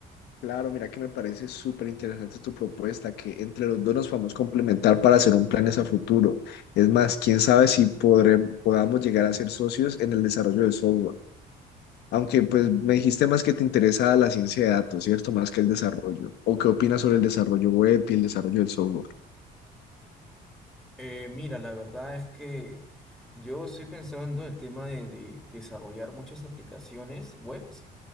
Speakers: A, on the left; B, in the centre.
A: Claro, mira que me parece súper interesante tu propuesta, que entre los dos nos podamos complementar para hacer un planes a futuro. Es más, quién sabe si podré- podamos llegar a ser socios en el desarrollo de software. Aunque pues me dijiste más que te interesa la ciencia de datos, ¿cierto? Más que el desarrollo. ¿O qué opinas sobre el desarrollo web y el desarrollo del software?
B: Eh, mira, la verdad es que yo estoy pensando el tema de, de desarrollar muchas aplicaciones webs